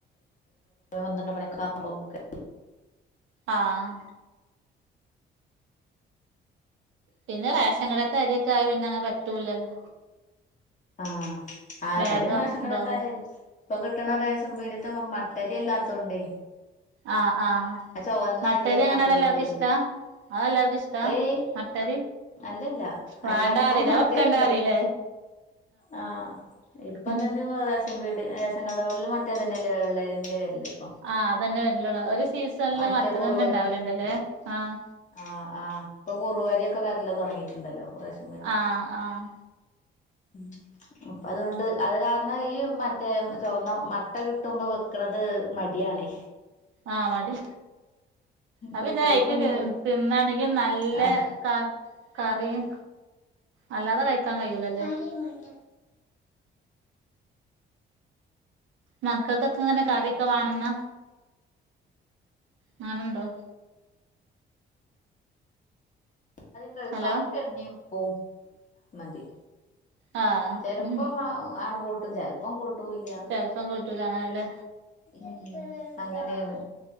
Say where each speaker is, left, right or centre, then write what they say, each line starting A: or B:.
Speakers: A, on the left (about 40°); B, on the right (about 75°).
A: ന്ത്രണെ <inaudible>
B: ആഹ് പിന്നെ റേഷൻ കിടാത്ത അരിയൊക്കെ ആഹ് പിന്നങ്ങനെ പറ്റൂലല്ലോ
A: ആഹ് ആഹ്
B: വേഗം
A: ഇപടയും റേഷൻ കടത്ത
B: ഇതാവല്ലോ
A: ഇപ്പൊ കിട്ടണ റേഷം വീടിത്തെ മ കുത്തരിയല്ലാത്തോണ്ട്
B: ആഹ് ആഹ്
A: അത്ചോറിനരി
B: മട്ടരി
A: അരിയല്ലാത്തോണ്ടേ
B: അങ്ങനെ അവിടെ എല്ലാർക്കും ഇഷ്ടാ അത് എല്ലാർക്കും ഇഷ്ടാ
A: ഏയ്
B: മട്ടരി
A: അല്ലല്ല
B: വേണ്ടാ
A: അല്ല അപ്പ
B: പറയില്ലേ
A: മറ്റേ
B: അത് വെക്കണ്ടാ
A: ഉള്ള
B: പറയില്ലേ
A: ആഹ് ഇപ്പ
B: ഉം
A: തന്നെ വീട് റേസൻ കടകളിൽ മറ്റേ അത് തന്നെല്ലേ വള്ളേ വരില്
B: ആഹ് അതന്നെ വല്ലുള്ളു ഒരു സീസണല്ല
A: മറ്റേ
B: മറ്റ
A: കുറുവരി
B: തന്നെ ഉണ്ടാവലണ്ടല്ലേ ആഹ്
A: ആഹ് ആഹ്പ്പൊ കുറുവരിയ ഒക്കെ വേറെല്ലോ തുടങ്ങിട്ടുണ്ടല്ലോശം
B: ആഹ് ആഹ്
A: ഉം അപ്പ അതുകൊണ്ട് അത് കാരണം ഈ മറ്റേ ചുവന്ന മട്ട കിട്ടുമ്പോ വെക്ക്ണത് മടിയണെ
B: ആഹ് മടി അപ്പന്നയ്ക്ക്
A: കുട്ടികൾക്കൊന്നും ഇവർക്ക്
B: തിന്നാണെങ്കും നല്ല
A: ആഹ്
B: ക കറിയും അല്ലാതെ കഴിക്കാൻ കഴിയൂലല്ലേ
A: <unintelligible>
B: മക്കൾക്കൊക്കെ ഇങ്ങനെ കറിയൊക്കെ വണെന്നാ അങ്ങനെണ്ടോ
A: <unintelligible>
B: ഹലോ
A: അവർക്ക്ണീപ്പും മതി
B: ആഹ്
A: ചെലപ്പം
B: ഉം
A: ആ ആണ്ട് കൂട്ടും ചെലപ്പം കൂട്ടൂല്ല
B: ചെൽപ്പം കൂട്ടൂല അങ്ങനെലെ
A: ഉം അങ്ങനെയാണ്